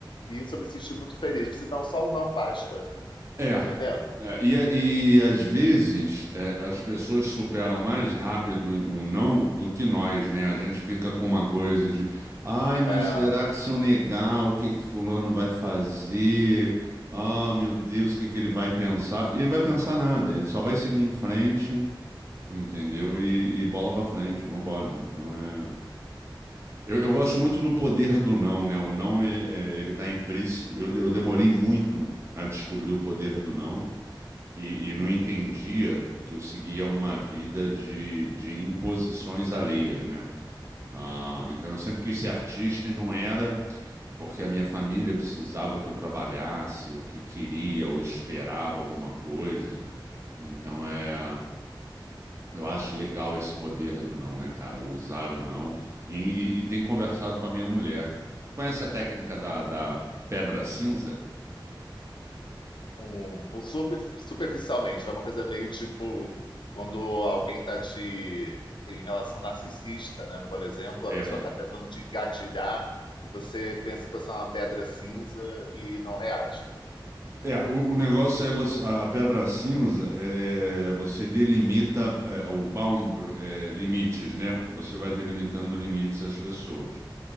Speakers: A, on the left; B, on the right.
A: E isso eu me senti muito feliz. Você não só o não basta,
B: É,
A: tá entendendo?
B: é, e, é, e às vezes é, as pessoas superam mais rápido o não do que nós, né? A gente fica com uma coisa de, ai, mas
A: É,
B: será que se eu negar, o que que fulano vai fazer? Ah, meu Deus, o que que ele vai pensar? E ele vai pensar nada, ele só vai seguir em frente, entendeu? E, e bola pra frente, vambora. Então é. Eu, eu gosto muito do poder do não, né? O não, e- é, ele tá implícito. Eu, eu demorei muito a descobrir o poder do não e, e não entendia que eu seguia uma vida de, de imposições alheias, né? Ah, então eu sempre quis ser artista e não era porque a minha família precisava que eu trabalhasse, ou que queria, ou esperava alguma coisa. Então é. Eu acho legal esse poder do não, né, cara? Usar o não. E, e, e tem conversado com a minha mulher. Tu conhece a técnica da, da pedra cinza?
A: um, super- superficialmente, é uma coisa meio tipo quando alguém tá te em relação narcisista, né? Por exemplo,
B: É.
A: a pessoa tá tentando te engatilhar e você pensa que você é uma pedra cinza e não reage.
B: É, o, o negócio é você, a, a pedra cinza é é, você delimita é, o boundary, é, limites, né? Você vai delimitando limites às pessoas.